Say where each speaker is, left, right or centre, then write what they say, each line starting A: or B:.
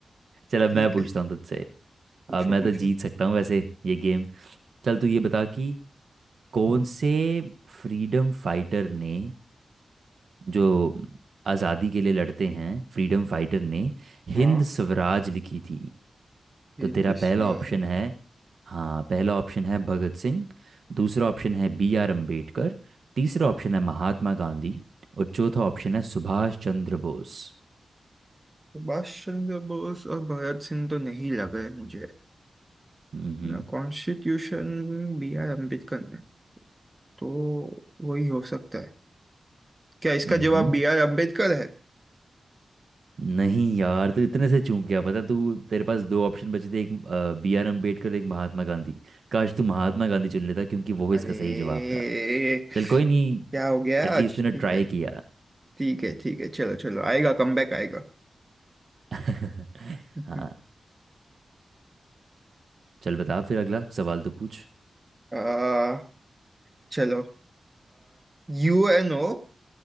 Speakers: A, on the right; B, on the right.
A: चल अब
B: ठीक
A: मैं पूछता
B: है
A: हूँ तुझसे
B: पूछो
A: अब मैं
B: पूछो
A: तो जीत सकता हूँ वैसे ये गेम चल तू ये बता कि कौन से फ्रीडम फाइटर ने जो आज़ादी के लिए लड़ते हैं फ्रीडम फाइटर ने हिंद
B: हाँ
A: स्वराज लिखी थी
B: हिंद
A: तो तेरा पहला
B: स्वराज
A: ऑप्शन है हाँ पहला ऑप्शन है भगत सिंह दूसरा ऑप्शन है बी आर अम्बेडकर तीसरा ऑप्शन है महात्मा गांधी और चौथा ऑप्शन है सुभाष चंद्र बोस
B: सुभाष चंद्र बोस और भगत सिंह तो नहीं लग रहे मुझे
A: हम्म
B: ना कॉन्स्टिट्यूशन बी आर अम्बेडकर ने तो वही हो सकता है क्या इसका
A: हम्म
B: जवाब बी आर अम्बेडकर है
A: नहीं यार तू इतने से चूक गया पता तू तेरे पास दो ऑप्शन बचे थे एक बी आर अम्बेडकर एक महात्मा गांधी काश तू महात्मा गांधी चुन लेता क्योंकि वो
B: अरे
A: इसका सही जवाब था चल कोई नहीं
B: क्या हो गया
A: एटलीस्ट
B: आज
A: तूने ट्राई
B: ठीक है
A: किया
B: ठीक है ठीक है चलो चलो आएगा कमबैक आएगा
A: <laughs>
B: <laughs>
A: हाँ चल बता फिर अगला सवाल तो पूछ
B: आ, चलो यूएनओ